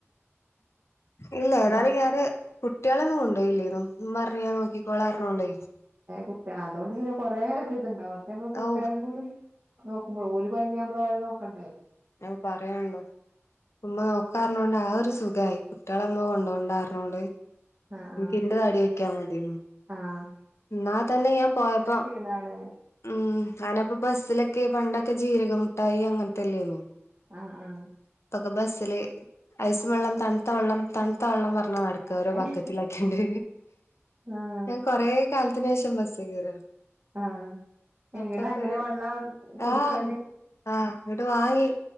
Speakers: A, on the left; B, on the right.
A: ഇല്ല ഏതാലും
B: ആ
A: ഞാന് കുട്ടിളൊന്നും കൊണ്ടോയില്ലേന്നു ഇമ്മറ്ഞ്ഞ് ഞാൻ നോക്കിക്കോള റ്ഞ്ഞോണ്ട്
B: ഏ കുട്ടി അതുകൊണ്ട് പിന്നെ കൊറേ ഇത് ത് ഇണ്ടാവ നമ്മള് കുട്ടിയാളിം
A: ഔ
B: കൂടി നോക്കുമ്പള് ഓല് കൊഴങ്ങിയാ നമ്മള് ഓരെ നോക്കണ്ടേ
A: അഹ് പറ യാ ണ്ടോ ഉമ്മ നോക്കാറ്ഞ്ഞോണ്ട് ആ ഒരു സുഖായി കുട്ടിയാളെ ഇമ്മ കൊണ്ടോണ്ടാ റ്ഞ്ഞോണ്ട്
B: ആഹ്
A: ഇൻക്ക്
B: ആഹ്
A: ഇന്റെ തടി നോക്യ മതിയേന്നു
B: ആഹ്
A: ഇന്നാ തന്നെ ഞാൻ പോയപ്പം
B: എന്നാണ്
A: ഉം അനപ്പം ബസ്സിലൊക്കെ പണ്ടൊക്കെ ജീരകമുട്ടായി അങ്ങന്‌ത്തെല്ലേന്നോ
B: ആഹ്ആഹ്
A: ഇപ്പൊക്കെ ബസ്സില് ഐസ് വെള്ളം തണുത്ത വെള്ളം തണുത്ത വെള്ളം പറ ഞ്ഞാ നടക്ക
B: ഏഹ്
A: ഓരോ
B: അങ്ങനെ
A: ബക്കറ്റിലാക്കിയാണ്ട്
B: ആഹ്
A: ഞാൻ കൊറെ കാലത്തിന് ശേഷം ബസ്സ് കേറ
B: ആഹ് എങ്ങടെ
A: അപ്പക്കൊര്
B: അങ്ങനെ വെള്ളം കൊടുക്കാണ്
A: ആഹ് ആഹ് ഇങ്ങട്ട് വാങ്ങി